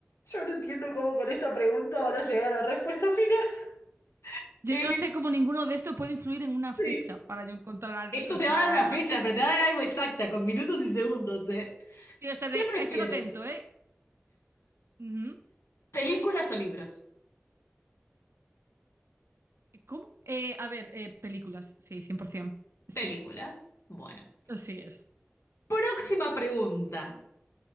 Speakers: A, on the left; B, on the right.
A: Yo no entiendo cómo con esta pregunta van a llegar a la respuesta final.
B: Yo
A: Eh,
B: no sé cómo ninguno de estos puede influir en una
A: sí.
B: fecha para yo encontrar a alguien.
A: Esto
B: O
A: te
B: sea,
A: va a dar una fecha, pero te va a dar algo exacta, con minutos y segundos, ¿eh?
B: tío, o sea, de,
A: ¿Qué prefieres?
B: estate atento, ¿eh? Ujú.
A: ¿Películas o libros?
B: ¿Cómo? Eh, a ver, eh, películas, sí, 100%. Sí,
A: Películas. Bueno.
B: así es.
A: Próxima pregunta.